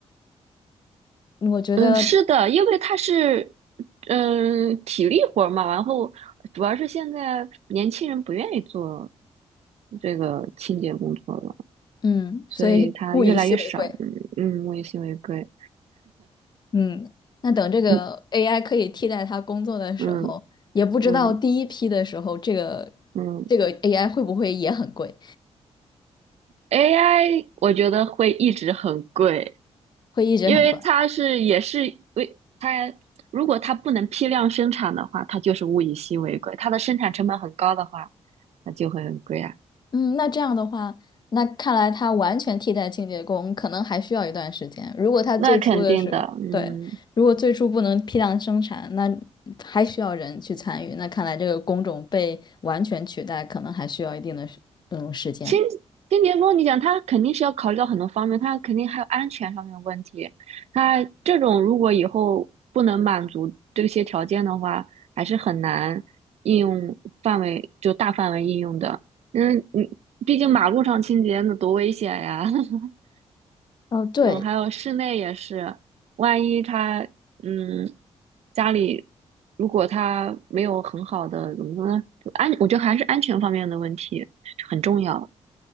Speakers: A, on the left (about 40°); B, on the right (about 65°).
A: 我觉得，
B: 嗯，是的，因为它是嗯体力活儿嘛，然后主要是现在年轻人不愿意做这个清洁工作了，
A: 嗯，
B: 所以它越来越少。
A: 所以物以稀为贵。
B: 嗯嗯，物以稀为贵。
A: 嗯，那等这个
B: 嗯
A: AI 可以替代他工作的时候，
B: 嗯
A: 也不知道第一批的时候，
B: 嗯
A: 这个
B: 嗯。
A: 这个 AI 会不会也很贵，
B: AI 我觉得会一直很贵，
A: 会一直很贵。
B: 因为它是也是为它，如果它不能批量生产的话，它就是物以稀为贵。它的生产成本很高的话，那就会很贵啊。
A: 嗯，那这样的话，那看来它完全替代清洁工可能还需要一段时间。如果它最初的时候，
B: 那肯定的，嗯，
A: 对，如果最初不能批量生产，那还需要人去参与。那看来这个工种被完全取代，可能还需要一定的时嗯时间。
B: 新新洁峰，你想他肯定是要考虑到很多方面，他肯定还有安全上面的问题。他这种如果以后不能满足这些条件的话，还是很难应用范围就大范围应用的。嗯，你毕竟马路上清洁那多危险呀！<laughs>
A: 哦，对，
B: 嗯，还有室内也是，万一他嗯家里如果他没有很好的怎么说呢，就安，我觉得还是安全方面的问题很重要。